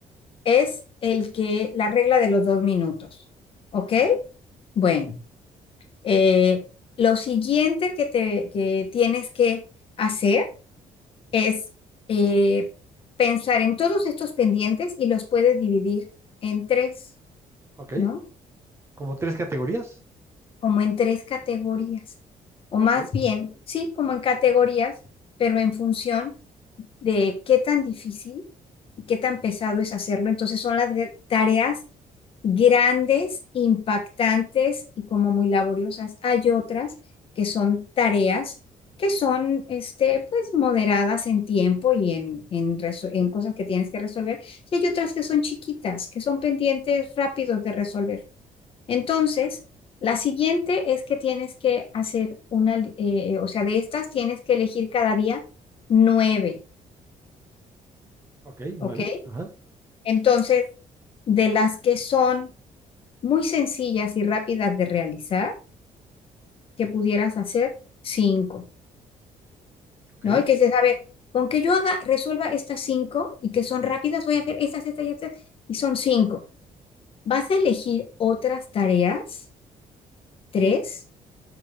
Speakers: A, on the left (about 40°); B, on the right (about 20°).
A: es el que, la regla de los dos minutos. ¿Ok? Bueno, eh, lo siguiente que, te, que tienes que hacer es eh, pensar en todos estos pendientes y los puedes dividir en tres,
B: Ok,
A: ¿no?
B: como tres categorías.
A: Como en tres categorías. O más
B: Ok,
A: bien, sí, como en categorías, pero en función de qué tan difícil qué tan pesado es hacerlo. Entonces son las de- tareas grandes, impactantes y como muy laboriosas. Hay otras que son tareas que son, este, pues, moderadas en tiempo y en, en, reso- en cosas que tienes que resolver. Y hay otras que son chiquitas, que son pendientes rápidos de resolver. Entonces, la siguiente es que tienes que hacer una, li- eh, o sea, de estas tienes que elegir cada día nueve,
B: ok, nueve.
A: ¿ok?
B: Ajá,
A: Entonces, de las que son muy sencillas y rápidas de realizar, que pudieras hacer cinco,
B: ok,
A: ¿no? Y que dices, a ver, con que yo haga, resuelva estas cinco y que son rápidas, voy a hacer estas, estas y estas, y son cinco. Vas a elegir otras tareas, tres,